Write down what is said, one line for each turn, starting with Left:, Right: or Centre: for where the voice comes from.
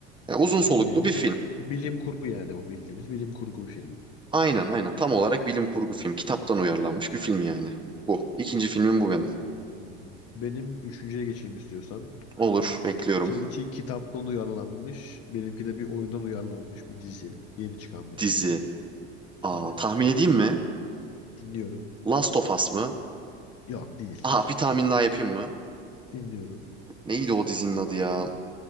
Right: Ya uzun soluklu
Left: Bildiğimiz
Right: bir film.
Left: bilim kurgu yani o bildiğimiz bilim kurgu bir film.
Right: Aynen aynen. Tam olarak bilim kurgu film. Kitaptan uyarlanmış bir film yani. Bu. İkinci filmim bu benim.
Left: Hmm. Benim üçüncüye geçeyim istiyorsan.
Right: Olur. Bekliyorum.
Left: Seninki kitaptan uyarlanmış. Benimki de bir oyundan uyarlanmış bir dizi. Yeni çıkan bir
Right: Dizi.
Left: dizi.
Right: Aa,
Left: Tabii.
Right: tahmin edeyim mi?
Left: Dinliyorum.
Right: Last of Us mı?
Left: Yok değil.
Right: Aa, bir tahmin daha yapayım mı?
Left: Dinliyorum.
Right: Neydi o dizinin adı ya?